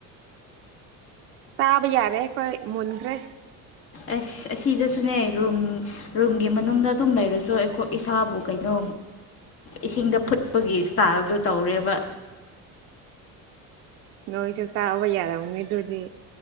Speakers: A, on the right (about 40°); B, on the left (about 40°).
A: ꯇꯥꯕ ꯌꯥꯔꯦ ꯑꯩꯈꯣꯏ ꯃꯨꯟꯈ꯭ꯔꯦ
B: ꯑꯁ ꯑꯁꯤꯗꯁꯨꯅꯦ ꯔꯨꯝ ꯔꯨꯝꯒꯤ ꯃꯅꯨꯡꯗ ꯑꯗꯨꯝ ꯂꯩꯔꯁꯨ ꯑꯩꯈꯣꯏ ꯏꯁꯥꯕꯨ ꯀꯩꯅꯣ
A: <inaudible>
B: ꯏꯁꯤꯡꯗ ꯐꯨꯠꯄꯒꯤ ꯏꯁꯇꯥꯥꯏꯜꯗꯨ ꯇꯧꯔꯦꯕ
A: ꯅꯣꯏꯁꯨ ꯆꯥꯕ ꯌꯥꯔꯝꯅꯤ ꯑꯗꯨꯗꯤ